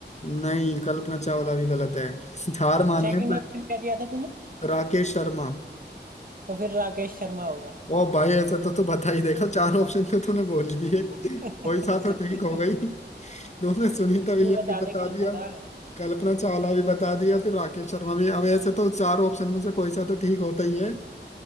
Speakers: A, on the left; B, on the right.
A: नहीं कल्पना चावला भी गलत है <laughs> हार मान
B: सेकंड
A: ले
B: ऑप्शन क्या दिया था तूने
A: राकेश शर्मा
B: तो फिर राकेश शर्मा होगा
A: ओ भाई ऐसा तो तू बता ही देखा चार ऑप्शन तो तूने बोल ही दिए
B: <laughs>
A: <laughs> कोई सा तो ठीक हो गई
B: तू
A: तुमने सुनीता विलियम
B: बता
A: भी बता
B: दे कौन
A: दिया
B: सा था
A: कल्पना चावला भी बता दिया फिर राकेश शर्मा भी अब ऐसे तो चार ऑप्शन में से कोई सा तो ठीक होता ही है